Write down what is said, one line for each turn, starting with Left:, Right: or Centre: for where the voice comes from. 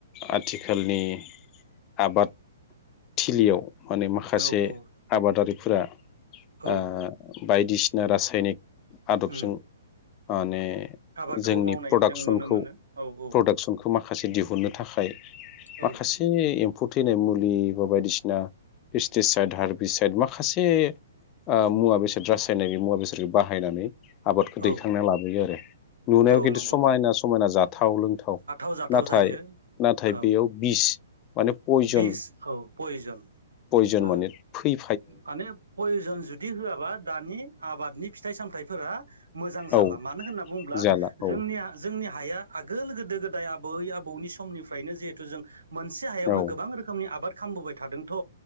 Left: आथिखालनि आबाद थिलियाव माने माखासे
Right: औ औ
Left: आबादारिफोरा
Right: औ
Left: ओ बायदिसिना रासायनिक आदबजों
Right: उम
Left: माने
Right: आबादखौ
Left: जोंनि
Right: मावनाय
Left: प्रडाक्सनखौ
Right: जों नुनो मोनो औ औ
Left: प्रडाक्सनखौ माखासे दिहुननो थाखाय माखासे
Right: औ
Left: एम फु थैनाय मुलि बा बायदिसिना पेस्टिसाइद हारबिसाइद माखासे ओ मुवा बेसाद रासायनाय मुवा बेसादखौ बाहायनानै आबादखौ दैखांना
Right: औ
Left: लाबोयो आरो नुनायाव
Right: औ
Left: खिन्थु
Right: नंगौ
Left: समायना
Right: नंगौ
Left: समायना जाथाव लोंथाव
Right: जाथाव
Left: नाथाय
Right: जायो।
Left: नाथाय
Right: औ
Left: बेयाव बिस माने पयजन
Right: बिस औ पयजन
Left: पयजन माने
Right: ओ
Left: फै
Right: माने पयजन जुदि होआबा दानि आबादनि फिथाइ सामथाइफोरा मोजां जा
Left: ओ औ
Right: ला मानो होनना बुंब्ला
Left: जाला औ
Right: जोंनिया जों जोंनि हाया आगोल गोदो गोदाय आबै आबौनि समनिफ्रायनो जिहेथु जों मोनसे हायावनो
Left: औ
Right: गोबां रोखोमनि आबाद खालामबोबाय थादोंथ'